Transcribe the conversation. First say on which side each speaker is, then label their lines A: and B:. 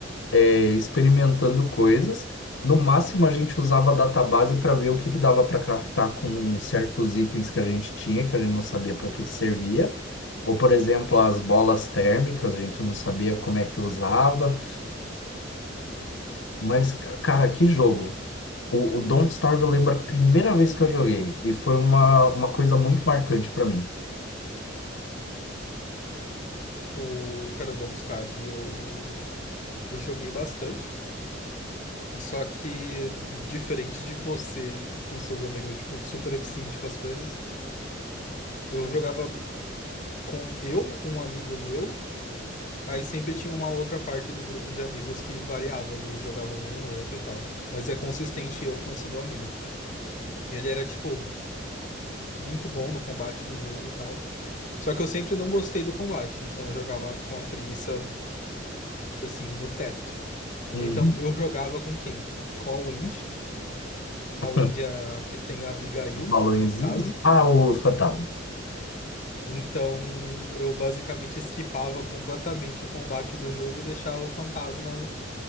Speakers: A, on the left (about 75°); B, on the left (about 40°).
A: é, experimentando coisas. No máximo, a gente usava a database para ver o que que dava para craftar com certos itens que a gente tinha, que a gente não sabia para que servia. Ou, por exemplo, as bolas térmicas, a gente não sabia como é que usava. Mas, ca- cara, que jogo! O, o Don't Starve eu lembro a primeira vez que eu joguei, e foi uma, uma coisa muito marcante para mim.
B: O cara, o Don't Starve, eu, eu joguei bastante. Só que, diferente de você com seus amigos, tipo, super eficiente com as coisas, eu jogava com eu, um amigo meu Aí sempre tinha uma outra parte do grupo de amigos que variava, às vezes jogavam um ou outro e tal. Mas é consistente eu com esse meu amigo. ele era, tipo, muito bom no combate do jogo e tal. Só que eu sempre não gostei do combate, então eu jogava com a preguiça, assim, no teto.
A: Uhum.
B: Então eu jogava com quem? Com a Wendy.
A: <laughs>
B: A Wendy é a que tem a Abigail,
A: Os balõezinhos?
B: a fantasma.
A: Ah, o fantasma.
B: Então eu basicamente skipava completamente o combate do jogo e deixava o fantasma